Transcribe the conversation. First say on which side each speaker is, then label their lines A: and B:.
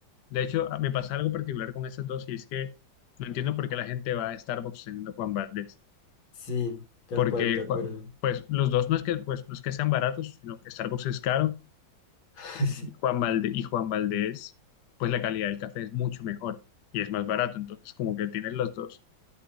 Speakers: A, on the left; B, on the left.
A: de hecho, a- me pasa algo particular con esas dos y es que no entiendo por qué la gente va a Starbucks teniendo Juan Valdez.
B: Sí, tal
A: Porque,
B: cual, de acuerdo.
A: Ju- pues, los dos no es que, pues, no es que sean baratos, sino que Starbucks es caro
B: <laughs>
A: y
B: Sí,
A: Juan Valdez, y Juan Valdez, pues, la calidad del café es mucho mejor y es más barato. Entonces, como que tienen los dos,